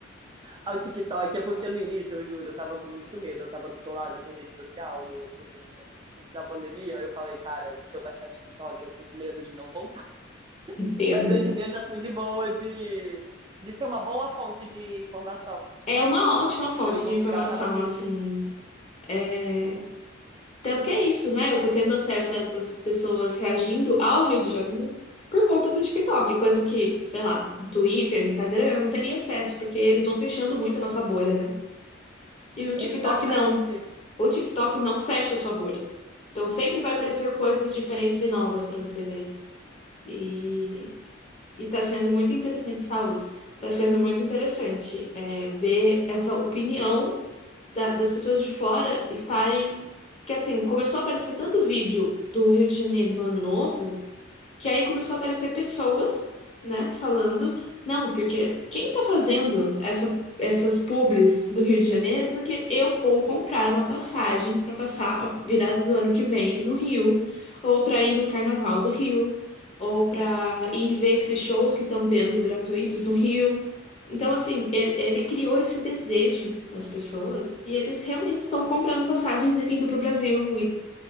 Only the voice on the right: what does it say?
ao TikTok. É porque no início, eu juro, eu tava com muito medo, eu tava bitolada com rede social no, no meio da, da pandemia. Aí eu falei, cara, se eu baixar TikTok, eu tô com medo de não voltar.
Mas hoje em dia já tô de boa de, de ser uma boa fonte de informação.
Eu em Portugal
tava. pres-
Exatamente.